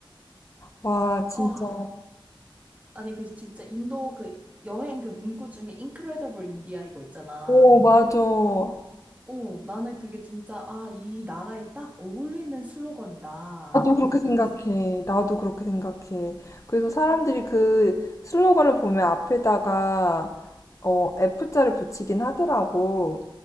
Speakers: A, on the left; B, on the right.
A: 와, 진짜.
B: 아, 아니, 그 진짜 인도 그 여행 그 문구 중에 인크레더블 인디아 이거 있잖아.
A: 오, 맞아. 나도
B: 어, 나는 그게 진짜, 아, 이 나라에 딱 어울리는 슬로건이다 하고
A: 그렇게
B: 느꼈어.
A: 생각해. 나도 그렇게 생각해. 그래서 사람들이 그 슬로건을 보면 앞에다가 어, F자를 붙이긴 하더라고.